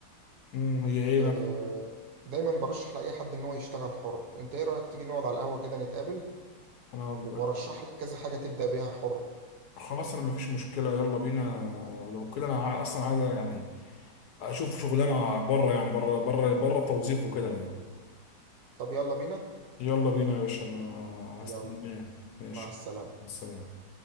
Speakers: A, on the left; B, on the right.
A: امم هي ايه
B: آه،
A: بقى
B: دايما برشح لأي حد ان هو يشتغل حر انت ايه رأيك تيجي نقعد على القهوة كده نتقابل
A: انا والله-
B: وارشح لك كذا حاجة تبدأ بيها حر
A: خلاص انا مفيش مشكله يلا بينا ولو كده انا ع- اصلا عايز يعني اشوف شغلانه بره يعني بره بره بره التوظيف وكده يعني
B: طب يلا بينا
A: يلا بينا يا باشا انا
B: يلا
A: هستناك ماشي
B: مع السلامة
A: السلام